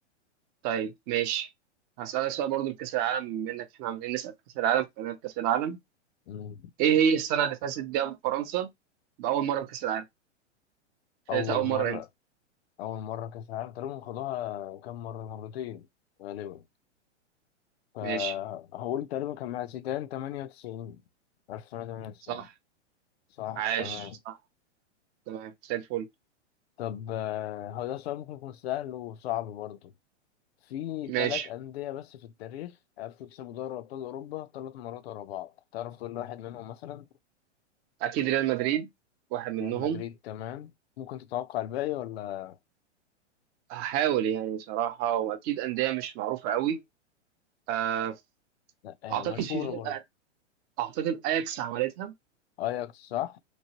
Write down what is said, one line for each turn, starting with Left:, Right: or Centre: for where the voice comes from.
Right: طيب ماشي هسألك سؤال برضه في كأس العالم بما إنك إحنا عمالين نسأل في كأس العالم فأنا في كأس العالم
Left: مم.
Right: ايه هي السنة اللي فازت بيها فرنسا بأول مرة بكأس العالم؟ فازت
Left: أول
Right: أول
Left: مرة
Right: مرة امتى؟
Left: أول مرة كأس العالم تقريبا خدوها كام مرة مرتين غالبا فهقول
Right: ماشي
Left: تقريبا كان مع زيدان 98 1998
Right: صح
Left: صح
Right: عاش
Left: تمام
Right: صح تمام زي الفل
Left: طب آه، هو ده سؤال ممكن يكون سهل وصعب برضه في تلات
Right: ماشي
Left: أندية بس في التاريخ عرفوا يكسبوا دوري أبطال أوروبا تلات مرات ورا بعض تعرف تقول لي واحد منهم مثلا
Right: أكيد ريال مدريد واحد منهم
Left: ريال مدريد تمام ممكن تتوقع الباقي ولا
Right: هحاول يعني صراحة وأكيد أندية مش معروفة قوي آه،
Left: لأ آه،
Right: أعتقد
Left: مشهورة
Right: في فرقة
Left: برضه
Right: أعتقد أياكس عملتها
Left: أياكس صح